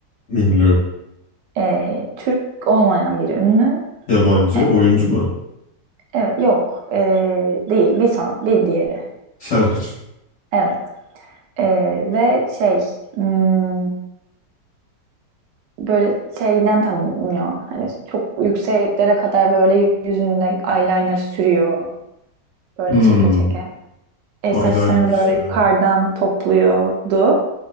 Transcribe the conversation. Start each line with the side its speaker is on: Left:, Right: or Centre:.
Left: ünlü.
Right: Eee, Türk olmayan bir ünlü.
Left: Yabancı
Right: E,
Left: oyuncu mu?
Right: evet, yok. Eee, değil. Bir son, bir diğeri.
Left: Şarkıcı.
Right: Evet. Eee, ve şey, hmm, böyle şeyden tanınıyor. Hani çok yükseklere kadar böyle yüzünde eyeliner sürüyor. Böyle
Left: Hmm.
Right: çeke çeke. E,
Left: Eyeliner
Right: saçlarını
Left: sürüyor.
Right: böyle yukarıdan topluyordu.